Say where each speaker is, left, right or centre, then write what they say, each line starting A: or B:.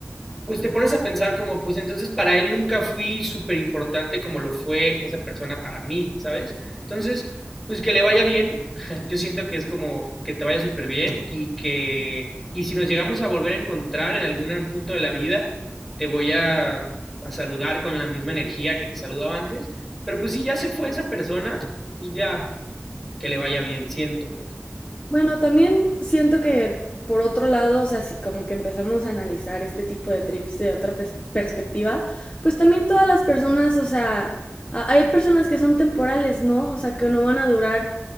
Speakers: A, in the centre; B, on the left.
A: pues te pones a pensar como, pues entonces para él nunca fui súper importante como lo fue esa persona para mí, ¿sabes? Entonces, pues que le vaya bien, <laughs> yo siento que es como que te vaya súper bien y que, y si nos llegamos a volver a encontrar en algún punto de la vida, te voy a, a saludar con la misma energía que te saludaba antes, pero pues si ya se fue esa persona, pues ya, que le vaya bien, siento pues.
B: Bueno, también siento que por otro lado, o sea, si como que empezamos a analizar este tipo de trips de otra pers- perspectiva, pues también todas las personas, o sea, a- hay personas que son temporales, ¿no? O sea, que no van a durar